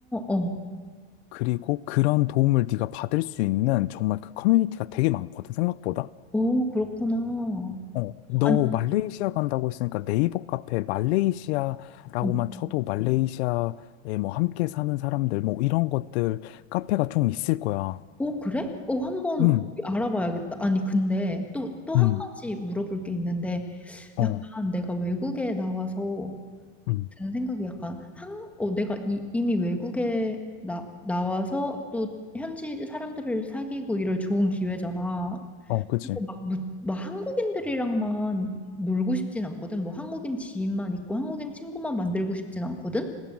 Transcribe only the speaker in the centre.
어,
어 그렇구나.
아니,
어,
어, 그래? 어 한번
알아봐야겠다. 아니 근데 또 또
한 가지 물어볼 게 있는데
약간 내가 외국에 나와서
드는 생각이 약간 한, 어 내가 이, 이미 외국에 나 나와서 또 현지 사람들을 사귀고 이럴 좋은 기회잖아.
그래서 막, 무- 막 한국인들이랑만 놀고 싶진 않거든. 뭐 한국인 지인만 있고 한국인 친구만 만들고 싶진 않거든.